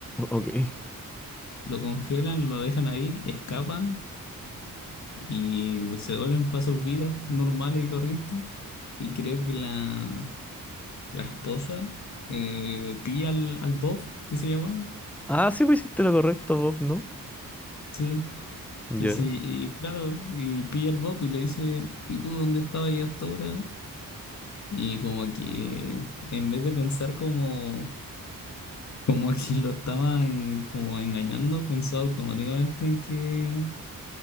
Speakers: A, in the centre; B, on the left.
A: Ok. <laughs>
B: Lo congelan, lo dejan ahí, escapan y se vuelven para sus vidas normales y corrientes. Y creo que la, la esposa eh, pilla al, al Bob, que se llama.
A: Ah, sí, pues hiciste lo correcto, Bob, ¿no?
B: Sí.
A: Ya.
B: Y sí, y claro, y pilla al Bob y le dice, ¿y tú dónde estabas yo hasta ahora? Y como que en vez de pensar como, como <laughs> a que lo estaban como engañando, pensó automáticamente en que